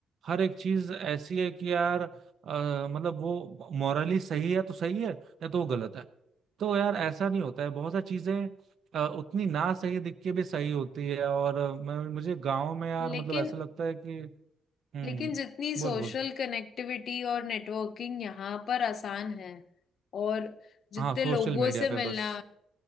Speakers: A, on the right; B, on the left.
A: हर एक चीज ऐसी है कि यार अ, मतलब वो मॉरली सही है तो सही है या तो वो गलत है तो यार ऐसा नहीं होता है बहुत सारी चीजें अ, उतनी ना सही दिख के भी सही होती है और अ, मैं मुझे गांव में यार
B: लेकिन
A: मतलब ऐसा लगता है कि हम्म
B: लेकिन जितनी
A: बोल
B: सोशल
A: बोल
B: कनेक्टिविटी और नेटवर्किंग यहाँ पर आसान है और जितने
A: हाँ सोशल
B: लोगों
A: मीडिया
B: से
A: पे
B: मिलना
A: बस